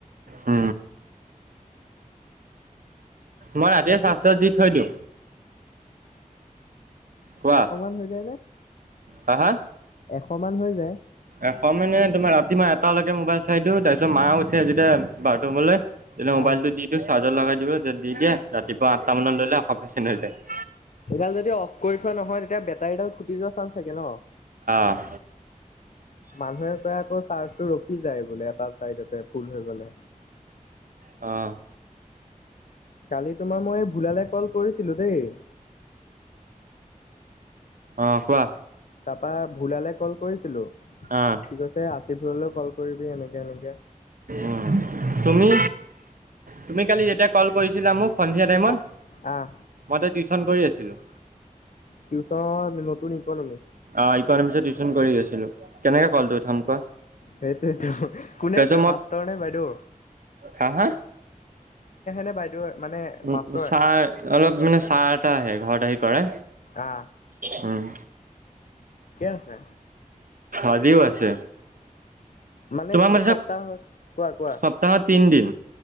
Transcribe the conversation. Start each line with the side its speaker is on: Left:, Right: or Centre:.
Right: উ। মই ৰাতিয়ে
Left: বাকী
Right: চা-চাচ দি থৈ দিওঁ। কোৱা
Left: এশ মান হৈ যায়নে?
Right: হা হা?
Left: এশ মান হৈ যায়।
Right: এখন মানে তোমাৰ ৰাতি মই এটালৈকে মোবাইল চাই দিওঁ, তাপিছত মা উঠে যেতিয়া বাটোমলৈ তেতিয়া মোবাইলটো
Left: আহ
Right: দি দিওঁ চাৰ্জত লগাই দিব, দি দিয়ে ৰাতিপুৱা আঠটা মানত লওঁ, এশ পাৰ্চেণ্ট হৈ যায়।
Left: এডাল যদি অফ কৰি থোৱা নহয় তেতিয়া বেটাৰীডাল ফুটি যোৱা চান্স থাকে ন?
Right: অহ।
Left: মানুহে কই আকৌ চাৰ্চটো ৰখি যায় বোলে এটা চাইডতে ফুল হৈ গ'লে।
Right: অ'।
Left: কালি তোমাৰ মই এ ভুলালে কল কৰিছিলো দেই।
Right: অ' কোৱা।
Left: তাৰপা ভুলালে কল কৰিছিলো
Right: অ'।
Left: সি কৈছে আছিফুললৈ কল কৰিবি এনেকে এনেকে।
Right: উম তুমি, তুমি কালি যেতিয়া কল কইছিলা মোক সন্ধিয়া টাইমত,
Left: আহ আহ
Right: মই তে টিউচন কৰি আছিলোঁ।
Left: টিউচন নতুন ইকনমি।
Right: অ' ইকনমিক্সৰ টিউচন কৰি আছিলোঁ। কেনেকে ক'লটো উঠাম কোৱা।
Left: সেইটোৱেটো কোনে
Right: তাৰপিছত
Left: কৰে
Right: মই
Left: মাষ্টৰ নে বাইদৰ?
Right: হা হা?
Left: নে বাইদেউ মানে
Right: উ,
Left: মাষ্টৰ
Right: উ চাৰ,
Left: আহে?
Right: অলপ মানে চাৰ এটা আহে ঘৰত আহি কৰে।
Left: আ।
Right: উম।
Left: আছে।
Right: আজিও আছে।
Left: মানে
Right: তোমাক
Left: কি
Right: মাতিছে
Left: সপ্তাহ হয়। কোৱা কোৱা?
Right: সপ্তাহত তিনদিন।